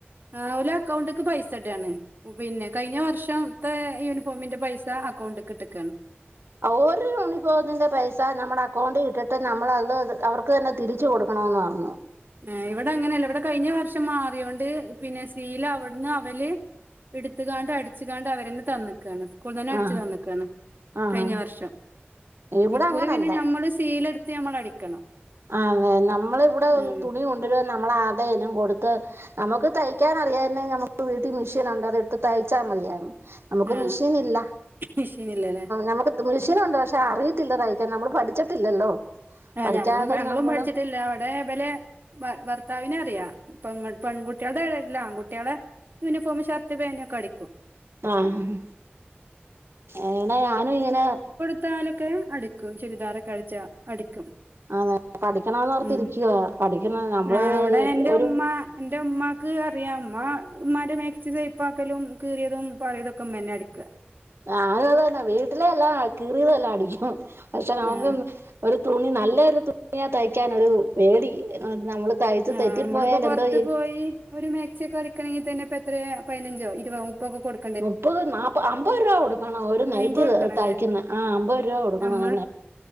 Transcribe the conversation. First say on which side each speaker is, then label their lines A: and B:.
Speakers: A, on the right (about 55°); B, on the right (about 75°).
A: ആ ഓര് അക്കൗണ്ട്ക്ക് പൈസ ഇട് ആണ്.. പിന്നെ കഴിഞ്ഞ വർഷം ത്തെ യൂണിഫോമിന്റെ പൈസ അക്കൗണ്ട്ക്ക് ഇട്ട് ക്കാണ്.
B: ഒരു യൂണിഫോമിന്റെ പൈസ നമ്മുടെ അക്കൗണ്ടിൽ ഇട്ടിട്ട് നമ്മളത് അവർക്ക് തന്നെ തിരി. തിരിച്ച് കൊടുക്കണമന്ന് പറഞ്ഞു.
A: ഹെ ഇവിടെ അങ്ങനെയല്ല ഇവിടെ കഴിഞ്ഞ വർഷം മാറിയോണ്ട് പിന്നെ സീലാ അവിടുന്ന് അവര്. ഇട്ത്ത്കാണ്ട് അടിച്ചുകാണ്ട് അവരന്നെ തന്ന്ക്കാണ്. സ്ക്കൂൾന്ന് തന്നെ അടിച്ച്
B: ആഹ്
A: തന്ന്ക്കാണ്
B: ആഹ്
A: കഴിഞ്ഞ വർഷം.
B: ഇവിടെ
A: ഇക്കുറി
B: അങ്ങനല്ല
A: പിന്നെ ഞമ്മള് സീലെടുത്ത് ഞമ്മൾ അടിക്കണം.
B: ആഹ് അതെ നമ്മള് ഇവിടെ
A: ഉം
B: തുണി കൊണ്ടുവരും നമ്മളാരേലും കൊടുത്ത് നമുക്ക് തയ്ക്കാൻ അറിയാര്ന്നേ നമുക്ക് വീട്ടിൽ മെഷീനുണ്ട് അത് ഇട്ട് തയ്ച്ചാ മതിയായിരുന്നു നമുക്ക്
A: ആ
B: മെഷീൻ ഇല്ല
A: മിഷീനില്ലല്ലേ
B: നമുക്ക് മെഷീനുണ്ട് പക്ഷെ അറിയത്തില്ല തയ്ക്കാൻ നമ്മള് പഠിച്ചിട്ടില്ലല്ലോ
A: ആ
B: പഠിക്കാതെ
A: ഞമ്മളും ഞങ്ങളും
B: നമ്മള്
A: പഠിച്ചിട്ടില്ല ദേപലെ ഭർത്താവിനെ അറിയാം പെൺ പെൺകുട്ടികളുടെല്ല ആൺകുട്ടികളെ യൂണിഫോമ് ഷർട്ട് പാന്റ് ഒക്കെടിക്കും
B: ആഹ് എടാ ഞാനും ഇങ്ങനെ
A: ത്താലൊക്കെ അടിക്കും ചുരിദാറൊകഴിച്ചാ അടിക്കും
B: അതെ പഠിക്കണന്ന്ഓർത്തിരിക്കുവ
A: ഉം
B: പഠിക്കണം നമ്മള്
A: ആഹ് അവിടെ എന്റെ
B: ഒരു
A: ഉമ്മ എന്റെ ഉമ്മാക്ക് അറിയാം ഉമ്മ ഉമ്മാന്റെ മാക്സി ഷേപ്പ് ആക്കലും കീറിയതും പഴയതൊക്കെ ഉമ്മ തന്നെ അടിക്കുക
B: ഞാനും അതന്നെ വീട്ടിലെ എല്ലാം കീറിയതെല്ലാം അടിക്കും പക്ഷെ നമുക്ക്
A: ആഹ്
B: ഒരു തുണി നല്ലൊരു തുണിയാ തയ്ക്കാൻ ഒരു പേടി നമ്മള് തയ്ച്ചു
A: ആഹ്
B: തെറ്റിപ്പോയാൽ
A: നമ്മളിപ്പോ പുറത്ത്
B: എന്തോ ചെയ്യും
A: പോയി ഒരു മാക്സി ഒക്കെ അടുക്കണമെങ്കി തന്നെ ഇപ്പ എത്രയാ പതിനഞ്ചോ ഇരുപതോ മുപ്പൊ ഒക്കെ കൊടുക്
B: മുപ്പത് നാപ്പ അമ്പത് രൂപ കൊടുക്കണം ഒരു നൈറ്റി
A: അയിമ്പത് കൊടുക്കണം
B: തയ്ക്കുന്ന
A: അല്ലേ
B: ആഹ് അമ്പത് രൂപ കൊടുക്കണം
A: നമ്മള്
B: <unintelligible>